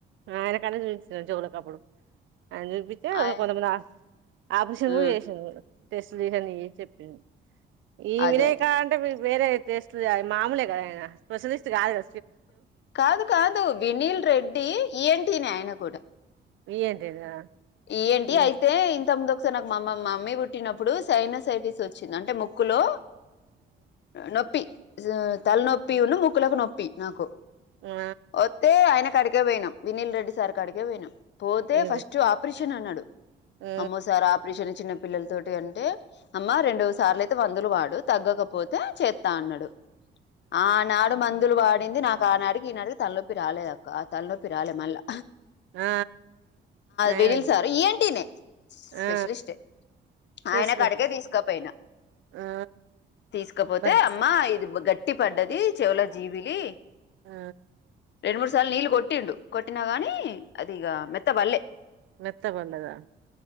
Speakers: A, on the right (about 75°); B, on the left (about 60°).
A: ఆయన కన్నా చూపించ చెవులకిప్పుడు ఆయన చూపించే
B: ఆయ
A: కొంతమంది ఆపరషన్
B: హ్మ్.
A: కూడా చేసాను టస్లీహని చెప్పింది ఈ
B: అదే
A: విన
B: అదే.
A: కాంట వేరేతేస్లు మామూలులే కదానా స్పెషలిస్ట్ కాదట
B: కాదు కాదు వినీల్ రెడ్డి ఏంటి త అయన కూడా
A: ఏంటిదా
B: ఏ ఏంటి
A: విన్
B: అయితే ఇంత ముందు ఒకసారి నాకు మామ్మ మమ్మీ పుట్టినప్పుడు సైనసైటిస్ వచ్చింది అంటే ముక్కులో నొప్పి తల నొప్పి ఉన్న ము కులకు నొప్పి నాకు
A: ఆ
B: ఓతే అయినా కడకగా వయిం వినీల్ రెడ్డి సార్ కకగాయిడం పోతే
A: ఇది
B: ఫస్ట్ కిషన్ అన్నాడు
A: ఆ
B: అమ్మో సారా ఆపరిషన్ చిన్నపిల్లలతోటి అంటే అమ్మా రెండు సార్లుయితే వంద అదులు వాడు తగ్గకపోతే చేస్తా అన్నాడు ఆ నాడు మం మందులు వాడింది నాకు ఆనాటికి ఈనాకి తలనొప్పి రాలేదు అక్క ఆ తలనొప్పి రాలే మళ్ళా
A: ఆ నయమైంది
B: విల్ సారు ఏంటినే స్పెషలిస్ట్
A: ఆ స్పెషలిస్ట్
B: ఆయన కాడికే తీసుకపోయినా
A: ఆ
B: తీసుకపోతే
A: బర్
B: అమ్మా ఇది గట్ ట్టి పడ్డది చెవుల జీవిలి
A: ఆ
B: రెండు మూడు సార్లు నీళ్లు కొట్టిండు కొట్టినా గాని అది ఇక మెత్త బల్లేె
A: మెత్త పల్ళదా